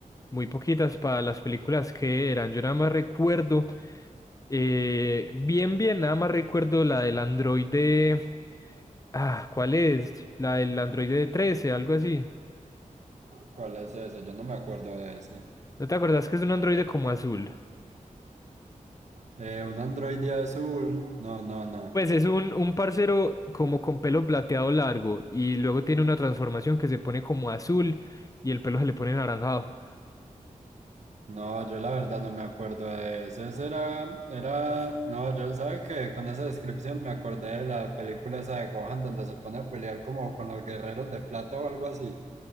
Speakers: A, on the left; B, on the right.
A: muy poquitas para las películas que eran. Yo nada más recuerdo, eh, bien, bien, nada más recuerdo la del androide. Ah, ¿cuál es? La del androide 13, algo así.
B: ¿Cuál es ese? Yo no me acuerdo de ese.
A: ¿No te acordás que es un androide como azul?
B: Eh, un androide azul. No, no, no.
A: Pues es un, un parcero como con pelo plateado largo y luego tiene una transformación que se pone como azul y el pelo se le pone naranjado.
B: No, yo la verdad no me acuerdo de eso. Eso era, era, no, yo, ¿sabe que Con esa descripción me acordé de la película esa de Gohan donde se pone a pelear como con los guerreros de plata o algo así.